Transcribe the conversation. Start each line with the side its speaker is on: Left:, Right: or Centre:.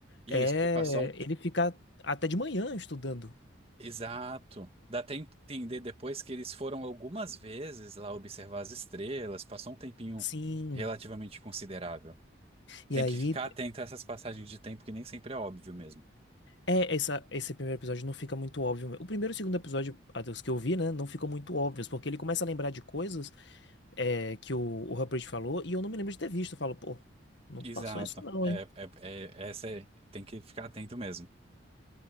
Right: Isso,
Left: É,
Right: que passou um
Left: ele fica até de manhã estudando.
Right: Exato. Dá até entender depois que eles foram algumas vezes lá observar as estrelas, passou um tempinho
Left: Sim.
Right: relativamente considerável. Tem
Left: E aí,
Right: que ficar atento a essas passagens de tempo que nem sempre é óbvio mesmo.
Left: é, essa, esse primeiro episódio não fica muito óbvio. O primeiro e o segundo episódio, até os que eu vi, né, não ficam muito óbvios, porque ele começa a lembrar de coisas é, que o, o Rupert falou e eu não me lembro de ter visto. Eu falo, pô, não
Right: Exato.
Left: passou isso não,
Right: É,
Left: hein?
Right: é, é- essa é- tem que ficar atento mesmo.